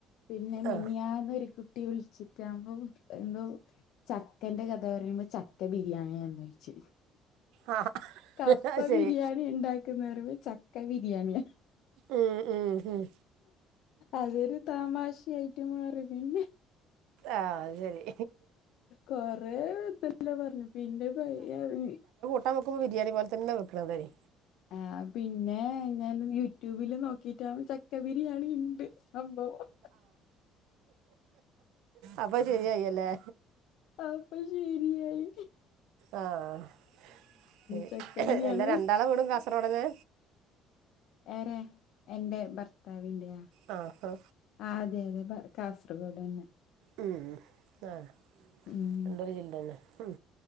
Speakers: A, on the left; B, on the right.
A: പിന്നെ മിനിയാന്നൊരു
B: ആ
A: കു ട്ടി വിളിച്ചിട്ടാമ്പോ എന്തോ ചക്കന്റെ കഥ പറയുമ്പോ ച ബിരിയാണിയാന്നു ചോയിച്ച്
B: ആ
A: കപ്പബിരിയാണി
B: അത് ശരി
A: ഇണ്ടാക്കുന്നേ പറമ്പോ ചക്കബിരിയാണിയാ
B: ഉം ഉം ഉം
A: അതൊരു തമാശായായിട്ട് മാറി പിന്നെ
B: ആ അത് ശരി
A: കൊറെ എന്തെല്ലോ പറഞ്ഞു പിന്നെ പയ്യേ ഇ
B: ഞാൻ നോക്കുമ്പം ബിരിയാണി പോലെ തന്നെ വെക്കണതാണേ
A: ആഹ് പിന്നെ ഞാൻ യൂട്യൂബില് നോക്കിട്ട് ചക്കബിരിയാണി ഇണ്ട് സംബവം
B: അപ്പോ ശെരിയായി അല്ലേ
A: അപ്പോ ശെരിയായി
B: ആഹ്
A: ചക്ക ബിരിയാണി
B: എല്ലാ രണ്ടാള് വീടും കാ സർഓടന്നേ
A: എരെ എന്റെ ഭർത്താവിന്റെയാ
B: ആ ആ
A: ആഹ് അതെയതെ ഭ കാസർഗോഡ് അന്നെ
B: ഉം ആഹ്
A: ഉം
B: രണ്ടൊരു ജില്ല തന്നെ ഉം